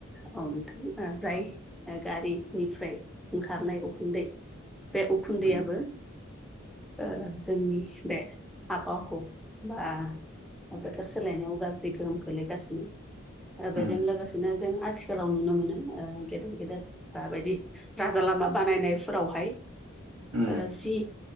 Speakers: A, in the centre; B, on the right (about 90°).
A: औ नोंथां जाय गारिनिफ्राय ओंखारनाय उखुनदै। बे उखुनदैयाबो
B: उम
A: ओ जोंनि बे आाबहावाखौ बा बोथोर सोलायनायाव गाज्रि गोहोम खोलैगासिनो। बेजों
B: उम
A: लोगोसेनो जों आथिखालाव नुनो मोनो ओ गेदेर गेदेर बेबायदि राजा लामा बानायनायफोरावहाय
B: उम
A: ओ जि